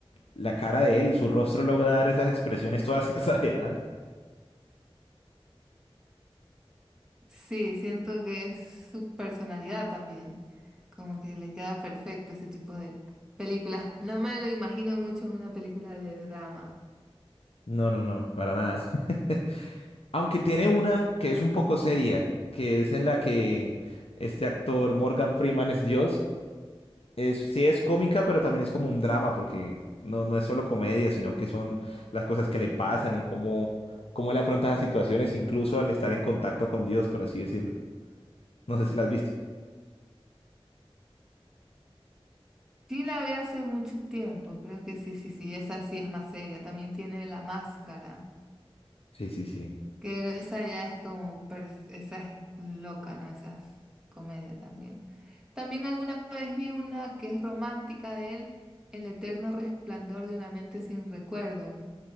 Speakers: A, on the left (about 75°); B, in the centre.
A: la cara de él, su rostro logra dar esas expresiones todas <laughs> exageradas.
B: Sí, siento que es su personalidad también, como que le queda perfecto ese tipo de películas. No me lo imagino mucho en una película de drama.
A: No, no, no, para nada. <laughs> Aunque tiene una que es un poco seria, que es en la que este actor Morgan Freeman es Dios Es, sí es cómica, pero también es como un drama, porque no, no es solo comedia, sino que son las cosas que le pasan y cómo, cómo él afronta las situaciones, incluso al estar en contacto con Dios, por así decirlo. No sé si la has visto.
B: Sí la vi hace mucho tiempo, creo que sí, sí, sí, esa sí es más seria. También tiene La Máscara.
A: Sí, sí, sí.
B: Que esa ya es como, per- esa es loca, ¿no? Esa es comedia también. También alguna vez vi una que es romántica de él, El eterno resplandor de una mente sin recuerdos.